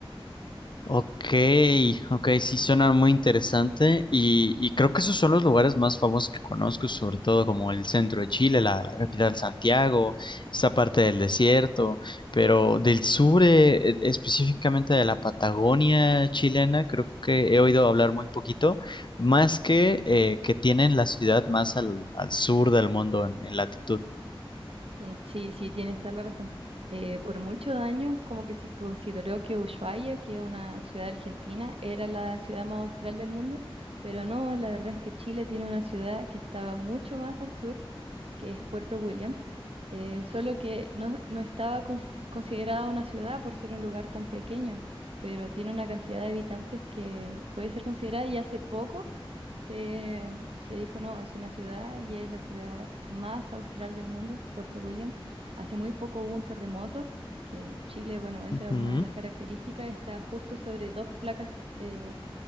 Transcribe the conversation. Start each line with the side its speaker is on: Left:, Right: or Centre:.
Left: Ok, ok, sí suena muy interesante y, y creo que esos son los lugares más famosos que conozco, sobre todo como el centro de Chile, la, la capital Santiago, esta parte del desierto, pero del sur, eh, específicamente de la Patagonia chilena, creo que he oído hablar muy poquito, más que eh, que tienen la ciudad más al, al sur del mundo en en latitud.
Right: Mm, Sí, sí, tienes toda la razón. Eh, por muchos años, como que se consideró que Ushuaia, que es una ciudad argentina, era la ciudad más austral del mundo, pero no, la verdad es que Chile tiene una ciudad que estaba mucho más al sur que es Puerto Williams, eh, solo que no, no estaba cons- considerada una ciudad por ser un lugar tan pequeño, pero tiene una cantidad de habitantes que puede ser considerada y hace poco se, se dijo, no, es una ciudad y es la ciudad más austral del mundo, Puerto Williams. Hace muy poco hubo un terremoto, que Chile, bueno, esa
Left: Ujú,
Right: es una de las características, está justo sobre dos placas. eh,